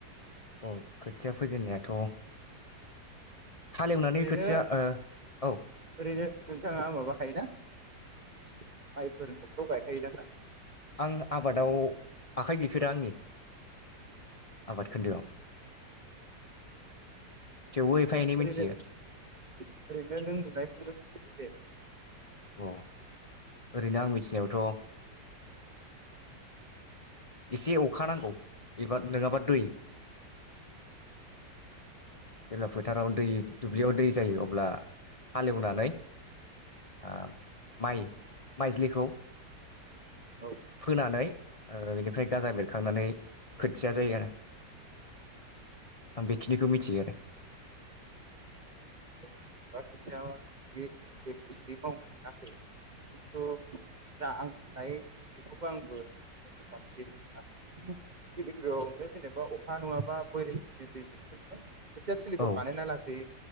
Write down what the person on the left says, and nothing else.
अ खोथिया फोजेननायाथ' हालेवनानै
खोथिया ओ औ
आं आबादाव आखाइ गैफेरा आंनि आबाद खोन्दोआव थेवबो एफा एनै मिथियो
अ ओरैनो आं मिथिनायावथ' एसे अखा नांगौ एबा नङाबा दै
जेब्ला फोथाराव दै दुब्लियाव दै जायो अब्ला हालेवनानै ओ माइ माइज्लिखौ
फोनानै ओ बि ओमफ्राय गाजा बेरखांनानै खोथिया जायो आरो आं बेखिनिखौ मिथियो आरो
औ